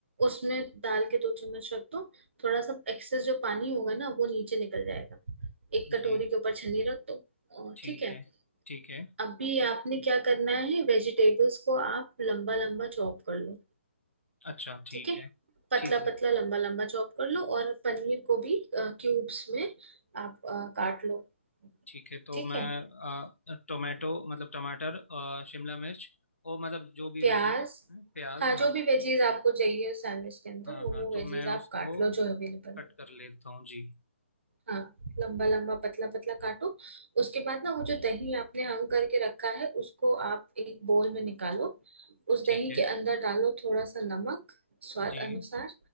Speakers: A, on the right (about 60°); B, on the left (about 85°).
A: उसमें डाल के दो चम्मच रख दो थोड़ा सा एक्सेस जो पानी होगा ना वो नीचे निकल जाएगा एक कटोरी
B: जी
A: के ऊपर छन्नी रख दो और
B: ठीक
A: ठीक है
B: है ठीक है
A: अभी आपने क्या करना है वेजिटेबल्स को आप लंबा लंबा चॉप कर लो
B: अच्छा ठीक
A: ठीक है
B: है
A: पतला
B: ठीक है
A: पतला लंबा लंबा चॉप कर लो और पनीर को भी क्यूब्स में आप अ, काट लो
B: ठीक है तो
A: ठीक
B: मैं
A: है
B: अ, टोमेटो मतलब टमाटर अ, शिमला मिर्च और मतलब जो भी
A: प्याज
B: वेजिटेबल्स हैं प्याज
A: हाँ
B: हाँ
A: जो भी वेजीज आपको चाहिए सैंडविच के अंदर
B: हाँ
A: वो
B: हाँ
A: वो
B: तो
A: वेजीज
B: मैं उसको
A: आप काट लो जो अवेलेबल
B: कट
A: है
B: कर लेता हूँ जी
A: हाँ लंबा लंबा पतला पतला काटो उसके बाद ना वो जो दही आपने हंग करके रखा है उसको आप एक बोल में निकालो उस
B: ठीक
A: दही
B: है
A: के अंदर डालो थोड़ा सा नमक स्वाद
B: जी
A: अनुसार